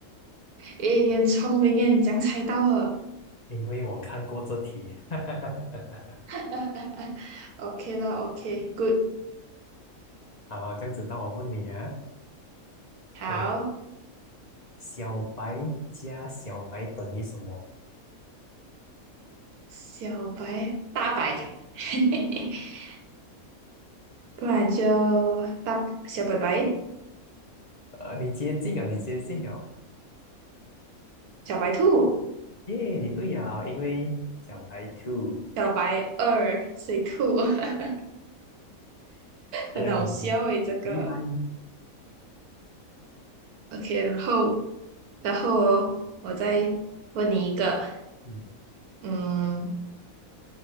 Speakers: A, on the right (about 90°); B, on the left (about 40°).
A: 诶，你很聪明耶，你这样猜到了。
B: 因为我看过这题，<laughs>
A: <laughs> OK 啦 o k g o o d
B: 好，这样子当我问你啊。
A: 好，
B: 呃小白加小白等于什么？
A: 小白，大白，<laughs> 不然就大小白白，
B: 呃，你接近啊，你接近啊，
A: 小白兔，
B: 耶，你对呀，因为小白 two，
A: 小白二水兔。<laughs>
B: 对呀，
A: 很好笑诶，
B: 你挺厉害。
A: 这个。OK，然后，然后哦，我再问你一个，
B: 嗯，
A: 嗯，